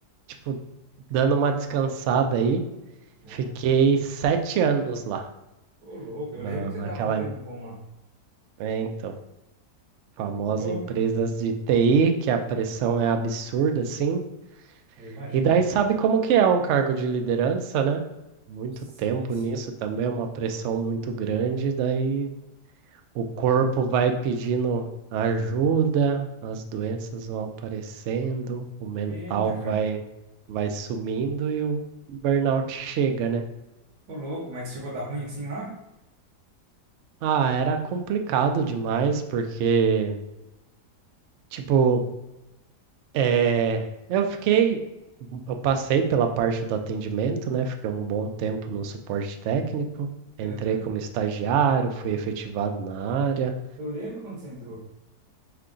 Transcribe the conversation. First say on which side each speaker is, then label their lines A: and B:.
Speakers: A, on the right; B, on the right.
A: tipo, dando uma descansada aí.
B: Ah,
A: Fiquei sete anos lá,
B: ô, louco. Eu
A: na,
B: lembro que
A: naquela,
B: você tava um tempo
A: em-
B: bom lá.
A: é, então, famosa
B: Ô, louco.
A: empresas de TI, que a pressão é absurda, assim.
B: Eu imagino,
A: E daí
B: cara.
A: sabe como que é um cargo de liderança, né? Muito
B: Sim,
A: tempo
B: sim.
A: nisso também, é uma pressão muito grande, daí o corpo vai pedindo ajuda, as doenças vão aparecendo, o mental
B: Eita,
A: vai
B: cara.
A: vai sumindo e o burnout chega, né?
B: Ô, louco, mas chegou a dar ruim assim lá?
A: Ah, era complicado demais porque tipo, É, eu fiquei, eu passei pela parte do atendimento, né? Fiquei um bom tempo no suporte técnico, entrei
B: Aham.
A: como estagiário, fui efetivado na área,
B: Eu lembro quando você entrou.